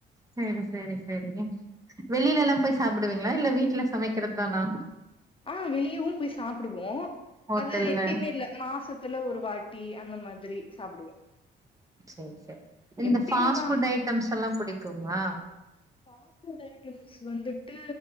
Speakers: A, on the right; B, on the left.
A: சேரி சேரி சேரி வெளிலலா போய் சாப்டுவீங்களா இல்ல வீட்ல சமக்கிறது தானா?
B: ஆ வெளியவும் போய் சாப்டடுவோ
A: ஹோட்டல்ல
B: அது எப்பயும் மே இல்ல, மாசத்துல ஒரு வாட் டீ அந்த மாதிரி சாப்டுவோ
A: சேர் சேர் இந்த
B: எப்பயும்லா
A: ஃபாஸ்ட் ஃபுட் ஐட்டம்ஸ் எல்லா புடிக்குமா
B: ஃபாஸ் ஃபுட் ஐட்டம்சு வந்துட்டு